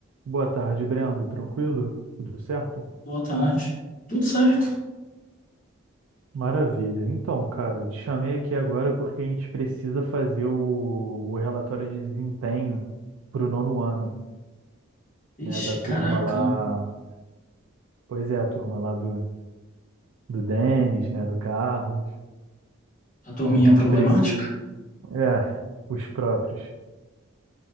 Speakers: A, on the right (about 80°); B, on the left (about 35°).
A: Boa tarde, Brendo. Tranquilo? Tudo certo?
B: Boa tarde. Tudo certo?
A: Maravilha. Então, cara, eu te chamei aqui agora porque a gente precisa fazer o, o relatório de desempenho para o nono ano, né,
B: Ixi,
A: da turma
B: caraca.
A: lá. Pois é, a turma lá do, do Denis, né, do Carlos.
B: A turminha
A: A gente
B: problemática?
A: precisa. É, os próprios.